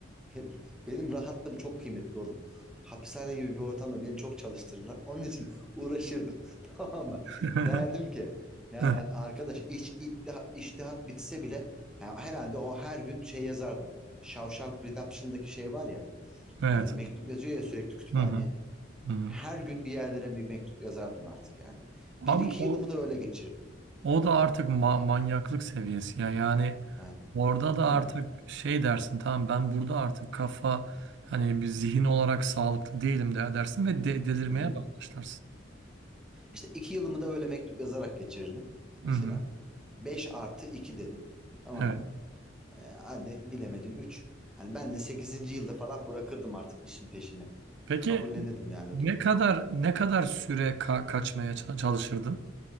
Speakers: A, in the centre; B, on the right.
A: Be- Benim rahatlığım çok kıymetli oğlum. Hapishane gibi bir ortamda beni çok çalıştırırlar. Onun için <laughs> uğraşırdım. <laughs> Tamam mı?
B: <laughs>
A: Derdim ki yani
B: <laughs>
A: arkadaş iç iddia- iştihat bitse bile ha, herhalde o her gün şey yazardım. Shawshank Redemption'daki şey var ya.
B: Evet.
A: e, mektup yazıyor ya sürekli kütüphaneye.
B: Hı hı. Hı hı.
A: Her gün bir yerlere bir mektup yazardım artık yani. Bir
B: Abi
A: iki
B: o
A: yılımı da öyle geçirdim.
B: O da artık ma- manyaklık seviyesi ya yani
A: Ha.
B: orada da
A: Hani
B: artık şey dersin tamam ben burada artık kafa hani bir zihin olarak sağlıklı değilim de dersin ve de- delirmeye
A: hı.
B: başlarsın.
A: İşte iki yılımı da öyle mektup yazarak geçirirdim mesela.
B: Hı hı.
A: beş artı 2 dedim. Tamam
B: Evet.
A: mı? Ee, hadi bilemedin 3. Hani ben de sekizinci yılda falan bırakırdım artık işin peşini.
B: Peki
A: Kabullenirdim yani
B: ne
A: durumu.
B: kadar ne kadar süre ka- kaçmaya ça- çalışırdın?